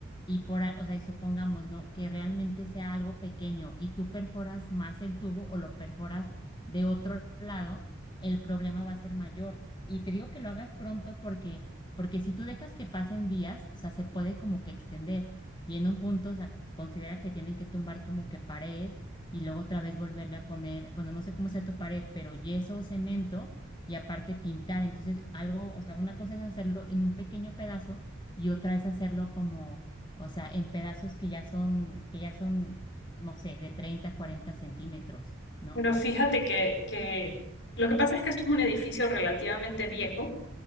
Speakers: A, on the left; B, on the left.
A: y por, a- o sea, y supongamos, ¿no? Que realmente sea algo pequeño y tú perforas más el tubo o lo perforas de otro lado, el problema va a ser mayor. Y te digo que lo hagas pronto porque Porque si tú dejas que pasen días, o sea, se puede como que extender y en un punto, o sea, considera que tienen que tumbar como que pared y luego otra vez volverle a poner, bueno, no sé cómo sea tu pared, pero yeso o cemento y aparte pintar. Entonces, algo, o sea, una cosa es hacerlo en un pequeño pedazo y otra es hacerlo como, o sea, en pedazos que ya son, que ya son, no sé, de 30, 40 centímetros, ¿no?
B: Bueno, fíjate que, que lo que pasa es que esto es un edificio relativamente viejo